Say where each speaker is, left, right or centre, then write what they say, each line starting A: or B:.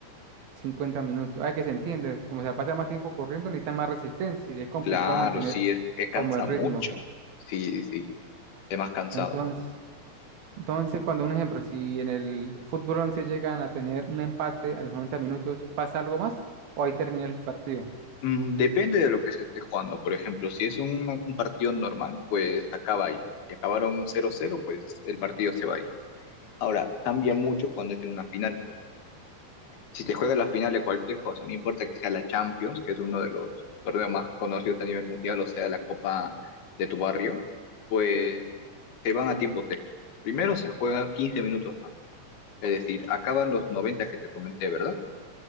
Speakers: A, on the right; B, on the left.
A: 50 minutos. Ah, que se entiende, como se la pasa más tiempo corriendo, necesita más resistencia y es complicado
B: Claro,
A: mantener
B: sí, es que cansa
A: como el ritmo.
B: mucho. Sí, sí, es más cansado.
A: Entonces, entonces cuando un ejemplo, si en el fútbol 11 llegan a tener un empate a los 90 minutos, ¿pasa algo más o ahí termina el partido?
B: Mm, depende de lo que se esté jugando. Por ejemplo, si es una- un partido normal, pues acaba ahí. Si acabaron 0-0, pues el partido se va ahí. Ahora, cambia mucho cuando es en una final. Si te juega la final de cualquier cosa, no importa que sea la Champions, que es uno de los torneos más conocidos a nivel mundial, o sea, la Copa de tu barrio, pues te van a tiempos extra. Primero se juega 15 minutos más. Es decir, acaban los 90 que te comenté, ¿verdad?